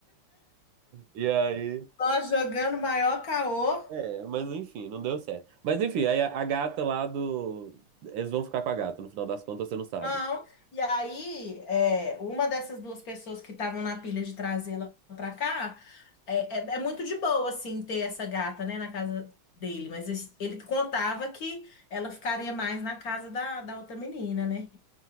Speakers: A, on the right; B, on the left.
A: E aí.
B: Só jogando maior caô.
A: É, mas enfim, não deu certo. Mas enfim, aí a, a gata lá do. Eles vão ficar com a gata, no final das contas você não sabe.
B: Não. E aí, é, uma dessas duas pessoas que estavam na pilha de trazê-la pra cá, é, é, é muito de boa, assim, ter essa gata, né, na casa dele. Mas es- ele contava que ela ficaria mais na casa da, da outra menina, né?